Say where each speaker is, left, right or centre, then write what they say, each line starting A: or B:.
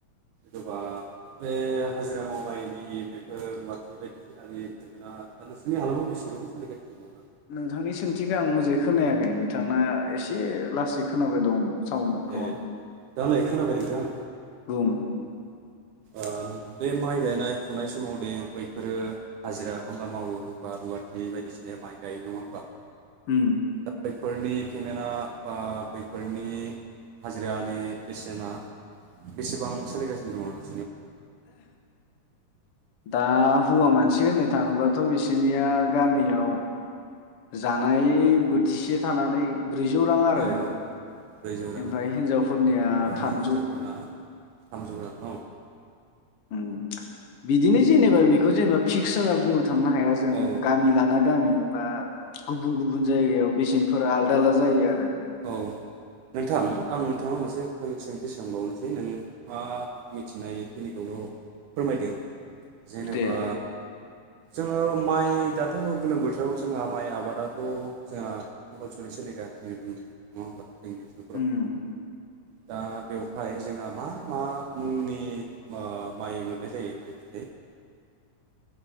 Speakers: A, on the right (about 75°); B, on the left (about 55°).
A: जेनबा बे हाजिरा मावबाय बेफोर <unintelligible> नोंसोरनि हालामाव बेसेबां सोलिगासिनो दंङो?
B: नोंथांनि सोंथिखौ आं मोजाङै खोनायाखै नोंथांना एसे लासै खोनाबाय दं सावनखौ
A: सोलिगासिनो दङ दा ए दालाय खोनाबाय नोंथां?
B: बुंं
A: ओ बे माइ गायनाय फुनाय समाव दे बैफोरो हाजिरा खामला मावो बा रुवाथि बायदिसिना माइ गाय नङा होमबा
B: उम
A: दा बैफोरनि पेमेन्टआ बा बैफोरनि हाजिरानि बेसेना बेसेबां सोलिगासिनो दङ नों
B: दा हौवा मानसि होननो थाङोबाथ' बिसोरनिया गामियाव जानाय बोथिसे थानानै ब्रैजौ रां आरो
A: औ ब्रैजौ रां
B: ओमफ्राय हिनजावफोरनिया
A: ओमफ्राय
B: थामजौ
A: हिन्जावफोरना थामजौ रां औ
B: उम बिदिनो जेनेबा बेखौ जेनेबा फिक्स होनना बुंनो थांना हाया जों
A: औ
B: गामि लाना गामि बा गुबुन-गुबुन जायगायाव बेसेनफोरा आलदा-आलदा जायो आरो
A: औ नोंथां आं नोंथांनाव मोनसे सोंथि सोंबावनोसै नों मा मिथिनायखिनिखौल' फोरमायदो जेनेबा
B: दे
A: जोङो माइ दाथ' गोलोम बोथोराव जोंहा माइ आबादाथ' जोंहा कम्पालसरि सोलिगासिनो दङ। <unintelligible>
B: उम
A: दा बेवहाय जोंहा मा मा मुंनि ओ माइमोन मोननाय जायो माइ फिथाइ